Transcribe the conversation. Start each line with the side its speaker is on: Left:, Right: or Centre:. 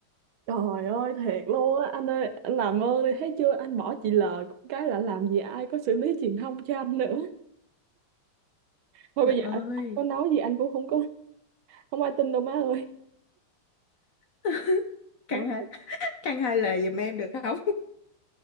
Right: trời ơi thiệt luôn á anh ơi anh làm ơn đi thấy chưa anh bỏ chị L cũng cái là làm gì ai có xử lý truyền thông cho anh nữa thôi
Left: trời
Right: bây giờ
Left: ơi
Right: anh, anh có nói gì anh cũng không có không ai tin đâu má ơi
Left: <laughs> căn
Right: má
Left: hai
Right: ơi
Left: căn hai lời giùm em được không